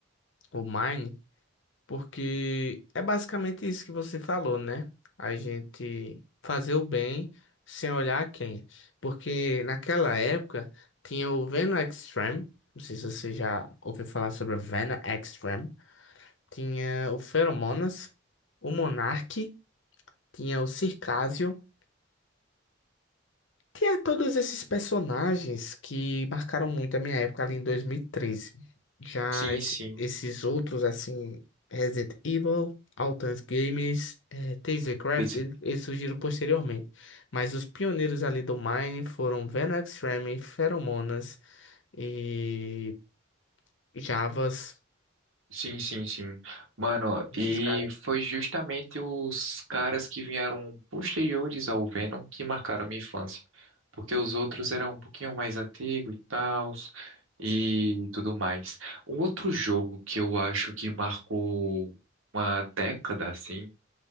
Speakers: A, on the left (about 65°); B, on the right (about 85°).
A: o Mine. Porque é basicamente isso que você falou, né? A gente fazer o bem sem olhar a quem. Porque naquela época tinha o Venom Extreme. Não sei se você já ouviu falar sobre o Venom Extreme. Tinha o Feromonas, o Monark, tinha o Circásio. Tinha todos esses personagens que marcaram muito a minha época ali em 2013. Já
B: Sim,
A: esse-
B: sim.
A: esses outros, assim, Resident Evil, Outlast Games, eh, Tasercraft,
B: Tem-
A: eles eles surgiram posteriormente. Mas os pioneiros ali do Mine foram Venom Extreme, Feromonas e Javas.
B: Sim, sim, sim. Mano,
A: Esses
B: e
A: caras.
B: foi justamente os caras que vieram posteriores ao Venom que marcaram minha infância. Porque os outros eram um pouquinho mais antigos e tal, e tudo mais. Um outro jogo que eu acho que marcou uma década, assim,